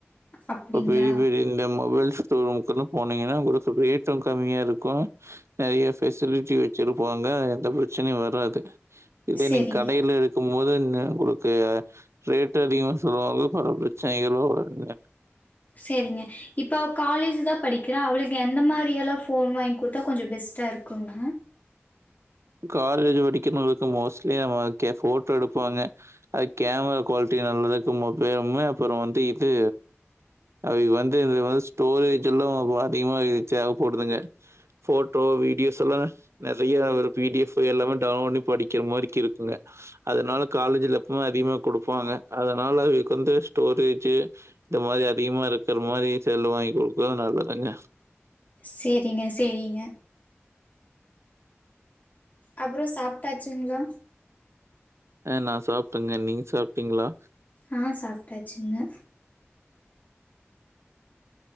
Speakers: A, on the left; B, on the right.
A: அப்படிங்களா?
B: அப்ப பெரி பெரி இந்த மா மொபைல் ஸ்டோர் ரூம்கெல்லா போனீங்கன்னா உங்களுக்கு ரேட்டு கம்மியா இருக்கு நெறைய பெஃசிலிட்டி வச்சிருப்பாங்க எந்த பிரச்சனையு வராது இதே
A: சரிங்க,
B: நீங்க கடைல இருக்கு போது ந உங்களுக்கு ரேட் அதிகமா சொல்லுவாங்க பல பிரச்சனைகளு வருங்க
A: சரிங்க இப்ப அவ காலேஜ் தா படிக்கிறா அவளுக்கு எந்த மாரியல்லா ஃபோன் வாங்கி குடுத்தா கொஞ்சோ பெஸ்ட்டா இருக்குங்க
B: காலேஜ் படிக்கிறவங்களுக்கு மோஸ்ட்லி நம்ம போட்டோ எடுப்பாங்க அது கேமரா குவாலிட்டி நல்லதுக்கு மொபருமே அப்புறோ வந்து இது அவ வந்து வ ஸ்டோரேஜ் எல்லா அதிகமா தேவைப்படுதுங்க ஃபோட்டோ வீடியோஸ் எல்லா நெறைய பி டி எஃப் எல்லாமே டவுன்லோட்னி படிக்கிற மாரிக்கு இருக்குங்க அதனால காலேஜ்ல எப்பவுமே அதிகமா குடுப்பாங்க அதனால அதுக்கு வந்து ஸ்டோரேஜு இந்த மாரி அதிகமா இருக்கிற மாதிரி செல்லு வாங்கி குடுக்குது நல்லதுங்க
A: சேரிங்க சேரிங்க அப்புறோ சாப்ட்டாச்சுங்ளா
B: அ நா சாப்ட்டங்க நீங்க சாப்ட்டீங்ளா
A: ஆ சாப்ட்டாச்சுங்க